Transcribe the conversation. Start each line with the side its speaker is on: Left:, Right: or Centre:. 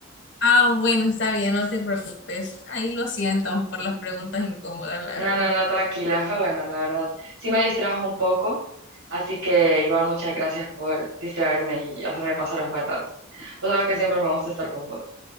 Left: Ah, bueno, está bien, no te preocupes. Ahí lo siento por las preguntas incómodas, la verdad.
Right: No, no, no, tranquila, fue bueno, la verdad. Sí me distrajo un poco, así que igual muchas gracias por distraerme y hacerme pasar un buen rato. Pues sabes que siempre me gusta estar con vos.